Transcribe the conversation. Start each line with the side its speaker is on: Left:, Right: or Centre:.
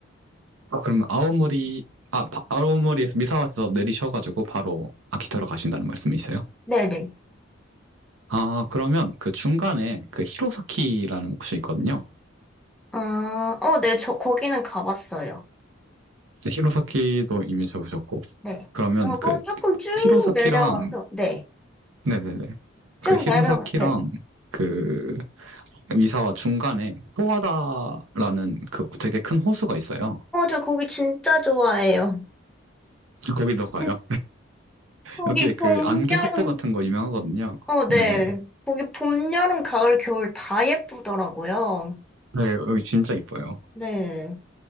Right: 아, 그러면 아오모리 아 바- 아오모리에서 미사와에서 내리셔가지고 바로 아키타로 가신다는 말씀이세요?
Centre: 네네.
Right: 아, 그러면 그 중간에 그 히로사키라는 곳이 있거든요.
Centre: 아, 어, 네, 저, 거기는 가봤어요.
Right: 근데 히로사키도 이미 적으셨고
Centre: 네.
Right: 그러면
Centre: 그리고
Right: 그
Centre: 조금 쭉
Right: 히로사키랑
Centre: 내려와서, 네.
Right: 네네네.
Centre: 쭉
Right: 그 히로사키랑
Centre: 내려와, 네.
Right: 그 미사와 중간에 소와다라는 그 되게 큰 호수가 있어요.
Centre: 어, 저 거기 진짜 좋아해요.
Right: 거기도 가요.
Centre: <laughs> 거기
Right: 여기에
Centre: 봄,
Right: 그 안개
Centre: 여름,
Right: 폭포 같은 거 유명하거든요.
Centre: 어, 네.
Right: 네네.
Centre: 거기 봄, 여름, 가을, 겨울 다 예쁘더라고요.
Right: 네, 여기 진짜 이뻐요.
Centre: 네.